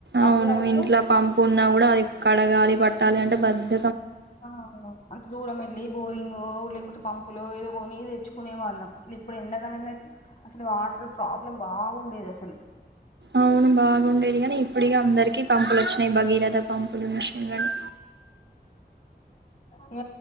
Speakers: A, on the right; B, on the left.
A: అవును
B: అప్పుడైతే
A: ఇంట్లో పంపు ఉన్నా కూడా అది కడగాలి పట్టాలి అంటే బద్ద
B: ఆ అంత దూరం వెళ్ళి బోరింగో లేకపోతే పం పంపు లో ఏదో కొనిది తెచ్చుకునే వాళ్ళం అసలు ఇప్పుడు ఎండడాకాలంలో అయితే అసలు వా ఇ ప్రాబ్లమ్ బాగుండేది హలో
A: అవును బాగుండేది కానీ ఇప్పుడిగా అందరికిీ పంపులు వచ్చినాయి భగీరథ పంపులు మిషన్లని
B: ఓ